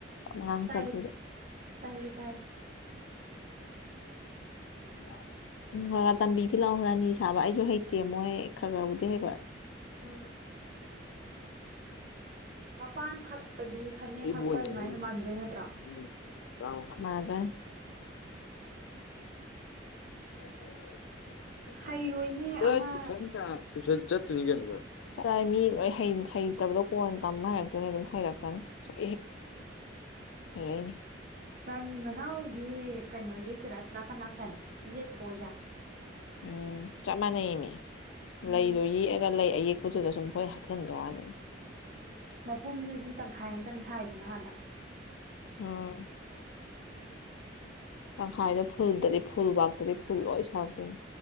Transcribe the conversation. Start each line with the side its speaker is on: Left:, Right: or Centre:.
Left: ꯑꯉꯥꯡ
Right: ꯇꯥꯏꯌꯦ
Left: ꯇꯕꯗꯨꯗ
Right: ꯇꯥꯏꯌꯦ ꯇꯥꯏ <inaudible>
Left: <unintelligible> ꯇꯝꯕꯤꯒꯦ ꯂꯥꯎ ꯔꯥꯅꯤ ꯁꯥꯕ ꯑꯩꯁꯨ ꯍꯩꯇꯦ ꯃꯣꯏ ꯈꯔ ꯈꯔꯕꯨꯗꯤ ꯍꯩꯕ
Right: ꯎꯝ ꯃꯄꯥꯟ ꯍꯛꯄꯗꯤ ꯐꯅꯦꯛ
Left: ꯑꯩꯕꯨ
Right: ꯍꯛꯄ
Left: ꯑꯣꯏꯅ
Right: ꯗꯨꯃꯥꯏꯅ
Left: ꯎꯝ
Right: ꯃꯥꯟꯗꯣꯏ ꯅꯠꯇ
Left: <unintelligible> <unintelligible>
Right: ꯍꯩꯔꯣꯏꯅꯦ ꯑꯃ
Left: ꯇꯨꯁꯟ ꯆꯠꯇꯣꯏ <unintelligible> ꯃꯤ ꯂꯣꯏ ꯍꯩ ꯍꯩꯇꯕꯗꯣ ꯀꯣꯟ ꯇꯝꯃ ꯍꯩꯔꯛꯇꯣꯏꯅꯦ ꯗꯨꯝ ꯍꯩꯔꯛꯀꯅꯤ <unintelligible> ꯍꯔꯅꯤ
Right: ꯔꯥꯅꯤ ꯃꯅꯥꯎꯗꯤ ꯀꯩꯅꯣ ꯌꯦꯛꯇꯣꯔꯥ ꯅꯥꯀꯟ ꯅꯥꯀꯟ ꯌꯦꯠꯊꯣꯏꯒ
Left: ꯎꯝ ꯆꯞ ꯃꯥꯟꯅꯌꯦꯃꯤ
Right: ꯎꯝ
Left: ꯂꯩꯗꯣ ꯌꯦꯛꯑꯒ ꯂꯩ ꯑꯌꯦꯛꯄꯗꯨꯗ ꯁꯨꯝ <unintelligible>
Right: ꯃꯄꯨꯝꯗꯨꯗꯤ ꯇꯪꯈꯥꯏ ꯑꯃꯇꯪ ꯁꯥꯏꯗꯅ ꯍꯥꯟꯅ
Left: ꯎꯝ ꯇꯪꯈꯥꯏꯗꯣ ꯐꯨꯜꯗꯗꯤ ꯐꯨꯜꯕꯥꯛꯇꯗꯤ ꯐꯨꯜ ꯂꯣꯏ ꯁꯥꯔꯛꯇꯣꯏꯅꯤ꯫